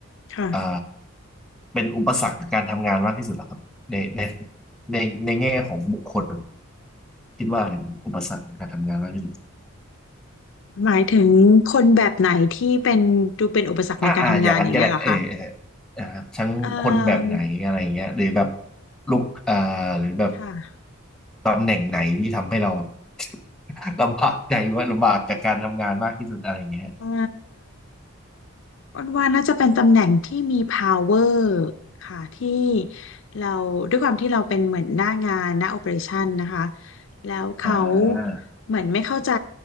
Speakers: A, on the left (about 55°); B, in the centre.
A: ค่ะ
B: อ่าเป็นอุปสรรคการทำงานมากที่สุดเหรอครับในในในในแง่ของบุคคลคิดว่าอะไรเป็นอุปสรรคการทำงานมากที่สุด
A: หมายถึงคนแบบไหนที่เป็นดูเป็นอุปสรรคในการทำงานอย่างเงี้ยเหรอคะ
B: อ่าอ่าอย่างนั้นก็ได้เออเอออ่าทั้งคนแบบไหนอะไรเงี้ยหรือแบบ
A: เอ่อ
B: ลุกอ่าหรือแบบ
A: ค่ะ
B: ตำแหน่งไหนที่ทำให้เรา <laughs> ลำบากใจว่าลำบากกับการทำงานมากที่สุดอะไรเงี้ย
A: เอ่ออ้อนว่าน่าจะเป็นตำแหน่งที่มี power ค่ะที่เราด้วยความที่เราเป็นเหมือนหน้างานหน้า operation นะคะแล้วเขา
B: อ่า
A: เหมือนไม่เข้าใจ